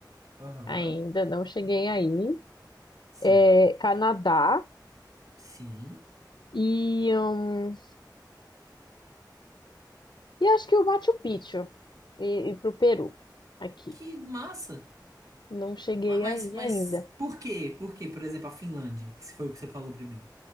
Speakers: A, on the right; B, on the left.
A: Aham.
B: Ainda não cheguei aí.
A: Sim.
B: É, Canadá
A: Sim.
B: e hum, e acho que o Machu Picchu e, e pro Peru aqui.
A: Que massa.
B: Não cheguei
A: Mas,
B: aí
A: mas
B: ainda.
A: por quê? Por quê? Por exemplo, a Finlândia, que foi o que você falou primeiro.